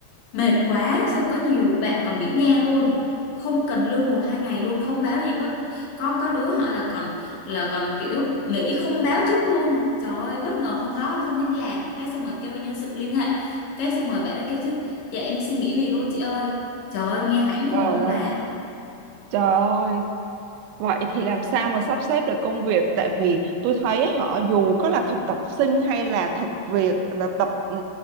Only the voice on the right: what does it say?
Trời
ơi, trời ơi, Vậy thì làm sao mà sắp xếp được công việc tại vì tôi thấy họ dù có là thực tập sinh hay là thực việc là tập ừ,